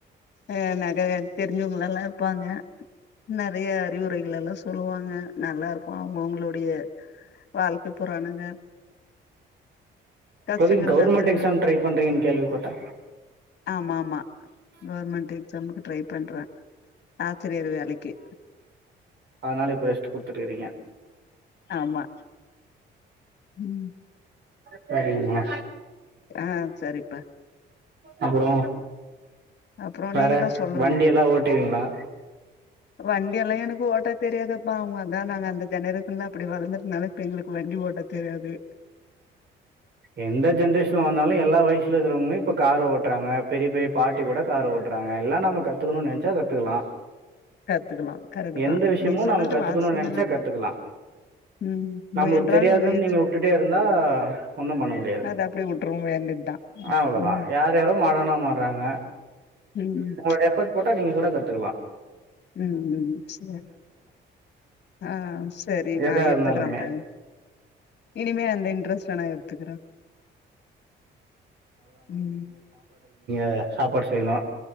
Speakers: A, on the left (about 55°); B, on the right (about 60°).
A: ஆ நெறைய தெரிஞ்சவங்கலல்லா இருப்பாங்க நெறைய அறிவுரைகள் எல்லா சொல்லுவாங்க நல்லா இருக்கு அவுங்கவுங்களுடைய வாழ்க்க புராணங்க கஷ்டங்கள்
B: தோழி நீங் கவர்மெண்ட்
A: நஷ்டங்கள்
B: எக்ஸாம் ட்ரை பண்றீங்கன்னு கேள்விப்பட்டே
A: ஆமா ஆமா கவர்மெண்ட் எக்ஸாமுக்கு ட்ரை பண்றே ஆசிரியர் வேலைக்கி
B: அதனால இப்ப ரெஸ்ட் குடுத்துட்ருக்கிறீங்க
A: ஆமா ம்
B: சேரிங்மா
A: ஆ சரிப்பா
B: அப்புறோ
A: அப்புறோ
B: வேற
A: நீங்க தா சொல்லணு
B: வண்டி எல்லா ஓட்டீவிங்களா
A: வண்டி எல்லா எனக்கு ஓட்ட தெரியாதப்ப அதா நாங்க அந்த ஜெனரேஷன்லா அப்படி வளர்ந்ததுனால எங்களுக்கு வண்டி ஓட்ட தெரியாது
B: எந்த ஜென்ரேஷன்ல வந்தாலு எல்லா வயசுலருக்குறவங்களு இப்ப காரு ஓட் டுறாங்க பெரிய பெரிய பார்டி கூட கார் ஓட்டுறாங்க எல்லா நமக் கத்துக்கணுன் நெனச்சா கத்துக்கலா
A: கத்துக்கலா கரெக்ட்
B: எந்த
A: தா
B: விஷ்யமு
A: நீ சொல்றது
B: நாம கத்துக்கணுன்
A: வாஸ்தவ
B: நெனச்சா
A: தா
B: கத்துக்கலா
A: ம்
B: நம்முளுக்கு
A: முயன்றால்
B: தெரியாதுன்
A: முயற்சி
B: நீங்க உட்டுட்டே இருந்தா ஒன்னும் பண்ண முடியாது
A: அத அப்டி விட்டுருவ வேண்டியதுதா
B: அவ்ளோதா
A: ம்
B: யார் யாரோ மரணமாறாங்க
A: ம்
B: உங்களோட எஃபர்ட் போட்டா நீங்க கூட கத் த்துக்கலா
A: ம் ம் சேரி ஆ சேரி நா
B: எதா இருந்தாலுமே
A: எடுத்துக்குற பைன் இனிமே அந்த இன்ட்ரெஸ்ட்லா நா எடுத்துக்குற ம்
B: அ சாப்பாடு செய்யிணு